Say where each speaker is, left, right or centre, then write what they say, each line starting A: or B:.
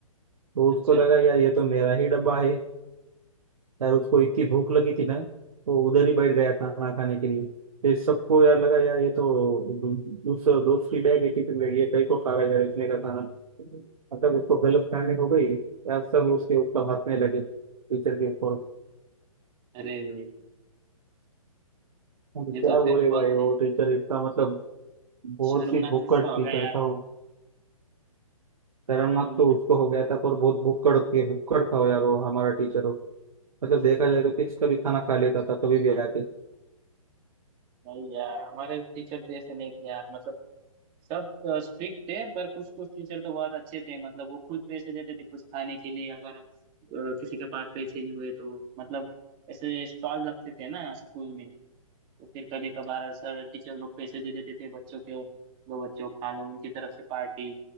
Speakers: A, on the right; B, on the right.
A: तो
B: अच्छा
A: उसको लगा यार ये तो मेरा ही डब्बा है यार उसको इतनी भूख लगी थी ना तो उधर ही बैठ गया खाना खाने के लिए फिर सबको यार लगा यार ये तो दो- उस दोस्त की बैग है टिफिन बैग ये कहीं को खा रहा है यार इसने का खाना मतलब उसको गलत फहमी हो गई यार सब उसके ऊपर हंसने लगे टीचर के ऊपर
B: अरे भाई
A: अब
B: ये
A: क्या
B: तो फिर
A: बोले
B: बहुत
A: भाई वो
B: ही
A: टीचर इतना मतलब बहुत
B: शर्मनाक
A: ही भुक्कड़
B: किस्सा होगा
A: टीचर
B: यार
A: था वो शर्मनाक
B: शर्मनाक
A: तो उसको हो गया था पर बहुत भुक्कड़ के भुक्कड़ था वो यार वो हमारा टीचर हो मतलब देखा जाए तो किसका भी खाना खा लेता था कभी भी आके
B: भाई यार हमारे टीचर तो ऐसे नहीं थे यार मतलब सब स्ट्रिक्ट थे पर कुछ कुछ टीचर तो बहुत अच्छे थे मतलब वो खुद पैसे देते थे कुछ खाने के लिए अगर अ, किसी के पास पैसे नहीं हुए तो मतलब ऐसे स्टॉल लगते थे ना स्कूल में तो फिर कभी कभार सर टीचर लोग पैसे दे देते थे बच्चों को लो बच्चों खा लो उनकी तरफ से पार्टी